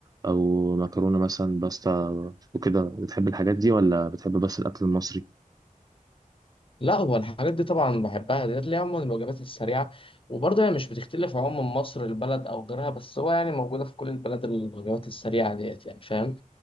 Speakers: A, on the right (about 25°); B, on the left (about 40°).
A: او مكرونه مثلا باستا وكده بتحب الحاجات دي ولا بتحب بس الاكل المصري
B: لا هو الحاجات دي طبعا بحبها ديت اللي هي عموما الوجبات السريعة وبرضه هي مش بتختلف عموما مصر البلد أو غيرها بس هو يعني موجودة في كل البلد الوجبات السريعة ديت يعني فاهم